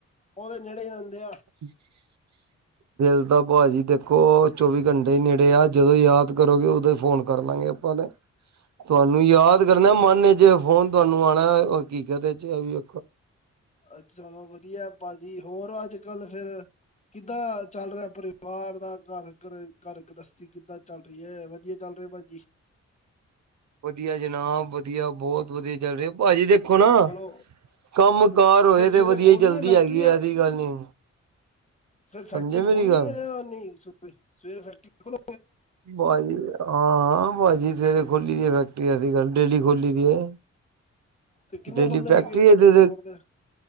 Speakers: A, on the left; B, on the right.
A: ਓਦੇ ਨੇੜੇ ਈ ਰੇਂਦੇ ਆ।
B: <inaudible> ਦਿਲ ਤਾਂ ਭਾਜੀ ਦੇਖੋ, ਚੌਵੀ ਘੰਟੇ ਈ ਨੇੜੇ ਆ, ਜਦੋਂ ਯਾਦ ਕਰੋਗੇ ਉਦੋਂ ਈ ਫੋਨ ਕਰਲਾਂਗੇ ਆਪਾਂ ਤੇ ਤੁਆਨੂੰ ਯਾਦ
A: ਅੱਛਾ
B: ਕਰਨਾ
A: ਅੱਛਾ
B: ਮਨ ਚ, ਫੋਨ ਤੁਆਨੂੰ ਆਣਾ ਓ ਕੀ ਕੈਂਦੇ ਚ ਏਈ ਐ।
A: ਅੱਛ ਚਲੋ ਵਧੀਆ ਭਾਜੀ। ਹੋਰ ਅੱਜ-ਕਲ ਫੇਰ ਕਿੱਦਾਂ ਚੱਲ ਰਿਆ ਪਰਿਵਾਰ ਦਾ, ਘਰ ਘਰ ਘਰ ਗ੍ਰਸਤੀ ਕਿੱਦਾਂ ਚੱਲ ਵਧੀਆ ਵਧੀਆ ਚੱਲ ਰਿਹਾ ਭਾਜੀ।
B: ਵਧੀਆ ਜਨਾਬ ਵਧੀਆ ਬਹੁਤ ਵਧੀਆ ਚੱਲ ਰਿਹਾ ਭਾਜੀ ਦੇਖੋ ਨਾ
A: ਚਲੋ
B: ਕੰਮ
A: ਫਿਰ
B: ਕਾਰ ਹੋਏ ਤੇ
A: ਸਵੇਰੇ
B: ਵਧੀਆ
A: ਖੋਲਣੀ
B: ਹੀ ਚੱਲਦੀ
A: ਹੈ ਫੈਕਟਰੀ
B: ਹੈਗੀ ਐਸੀ ਗੱਲ ਨੀ।
A: ਫਿਰ ਫੈਕਟਰੀ
B: ਸਮਝੇ ਮੇਰੀ
A: ਖੋਲਣੀ
B: ਗੱਲ।
A: ਹੈ ਨਹੀਂ ਸਵੇਰੇ ਫੈਕਟਰੀ ਖੋਲ
B: ਭਾਜੀ ਹਾਂ ਭਾਜੀ ਸਵੇਰੇ ਖੋਲੀ ਦੀ ਫੈਕਟਰੀ ਅਸੀ ਗੱਲ ਡੇਲੀ ਖੋਲੀ ਦੀ ਹੈ।
A: ਤੇ ਕਿੰਨੇ
B: ਡੇਲੀ
A: ਬੰਦੇ
B: ਫੈਕਟਰੀ
A: ਲੱਗੇ ਤੁਹਾਡੇ
B: ਹੈ ਤੇ
A: ਲੇਬਰ ਦੇ